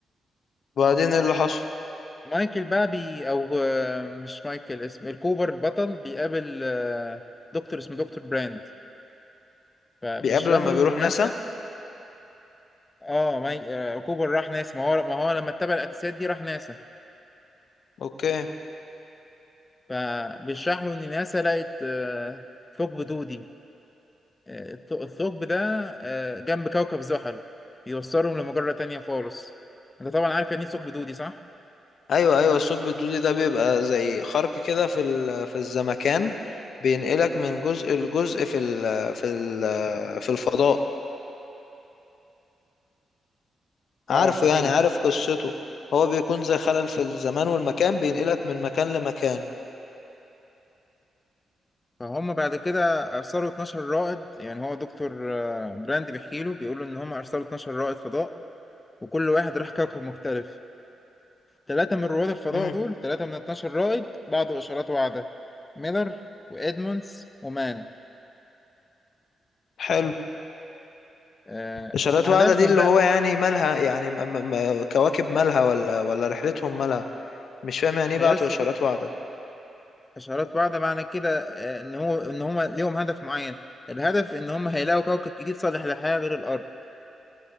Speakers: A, on the left; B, on the left.
A: وبعدين إيه اللي حصل
B: مايكل بقى بي أو آه، مش مايكل اسم الكوبر البطل بيقابل آه، دكتور اسمه دكتور براند فبيشرح
A: بيقابله لما
B: له
A: بيروح
B: إن ناسا
A: ناسا
B: اه ماي... آه، كوبر راح ناسا ما هو ما هو لما اتبع القتاسات دي راح ناسا
A: أوكي
B: فبيشرح له إن ناسا لقت آه، ثقب دودي آه، الث- الثقب ده آه، جنب كوكب زحل بيوصلهم لمجرة تانية خالص انت طبعا عارف يعني ايه ثقب دودي صح؟
A: أيوة أيوة الثقب الدودي ده بيبقى زي خرق كده في ال... في الزمكان بينقلك من جزء لجزء في ال... في ال... في الفضاء
B: اه
A: عارفه
B: صحيح
A: يعني عارف قصته هو بيكون زي خلل في الزمان والمكان بينقلك من مكان لمكان
B: فهم بعد كده ارسلوا 12 رائد يعني هو دكتور آه، براند بيحكي له بيقول له ان هم ارسلوا 12 رائد فضاء وكل واحد راح كوكب مختلف ثلاثة من رواد الفضاء
A: مم.
B: دول ثلاثة من 12 رائد بعضوا إشارات واعدة ميلر وإدموندز ومان
A: حلو
B: آه،
A: إشارات
B: هدفهم
A: واعدة دي اللي
B: بقى
A: هو يعني مالها يعني م... م... م- كواكب مالها ولا ولا رحلتهم مالها مش فاهم يعني ايه
B: تيار
A: بعتوا
B: سقوط
A: اشارات واعدة
B: إشارات واعدة معنى كده آه، إن هو إن هم ليهم هدف معين الهدف إن هم هيلاقوا كوكب جديد صالح للحياة غير الأرض